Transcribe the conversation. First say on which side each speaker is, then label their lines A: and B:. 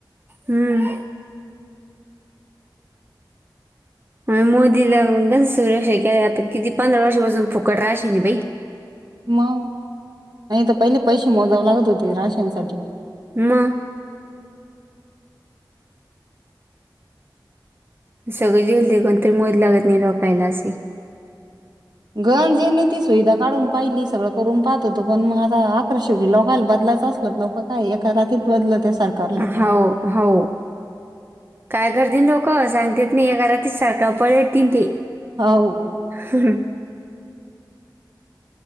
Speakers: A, on the right; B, on the right.
A: हम्म मोदीला सुरक्षा के आता किती पंधरा वर्षापासून फुकट राहाश नाही बाई
B: मग नाही तर पहिले पैसे मोजाव लागत होते राशन सा
A: म सगळे जलदी कोण तरी मोज लागत नाही डोकायला असे
B: गंजींनी ती सुविधा काढून पाहिली सगळं करून पाहत होतो पण मग आा आकरा शेवटी लोकांला बदलायच असत लोक काय एका रातीत बदलं त्या सरकारला
A: हो हो काये गर्दी नको सागतेत नई करती सारका पळती थी थी
B: हो
A: हम्